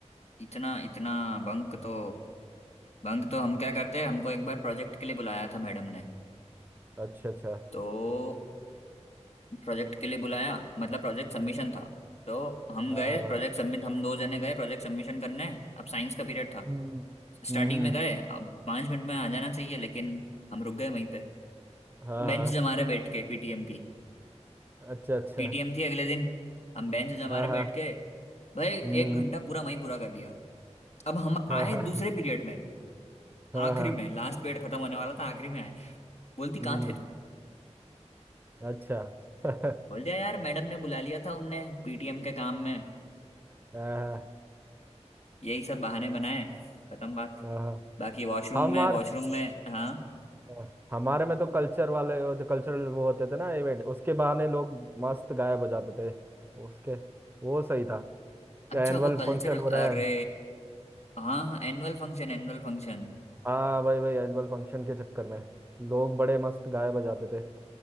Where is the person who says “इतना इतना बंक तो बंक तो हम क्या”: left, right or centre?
Left